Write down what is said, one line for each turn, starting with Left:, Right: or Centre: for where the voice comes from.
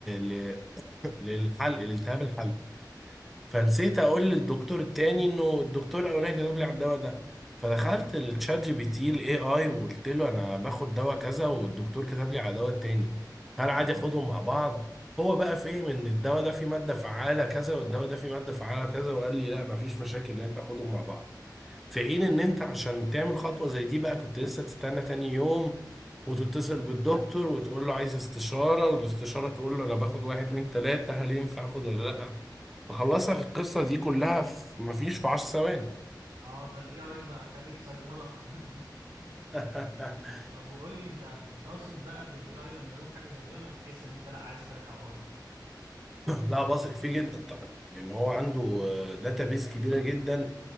Centre: ل... للحلق لالتهاب الحلق فنسيت اقول للدكتور التاني انه الدكتور الاولاني كتب لي على الدواء ده فدخلت للتشات جي بي تي الاي اي وقلت له انا باخد دواء كذا والدكتور كتب لي على دواء التاني هل عادي اخدهم مع بعض هو بقى فهم ان الدواء ده فيه ماده فعاله كذا والدواء ده فيه ماده فعاله كذا وقال لي لا مفيش مشاكل ان انت تاخدهم مع بعض في حين ان انت عشان تعمل خطوة زي دي بقى كنت لسه تستنى تاني يوم وتتصل بالدكتور وتقول له عايز استشارة والاستشارة تقول له انا باخد واحد اتنين تلاتة هل ينفع اخد ولا لا فخلصك القصة دي كلها في مفيش في عشر ثواني
Right: اه فالاي اي بقى خريج صيدلة <laughs>
Centre: <laughs>
Right: آه، طب وقول لي انت بتثق بقى في الاي اي لما يقول لك حاجة زي دي ولا بتحس ان انت لا عايز تراجع وراه
Centre: لا بثق فيه جدا طبعا لان هو عنده داتابيس كبيرة جدا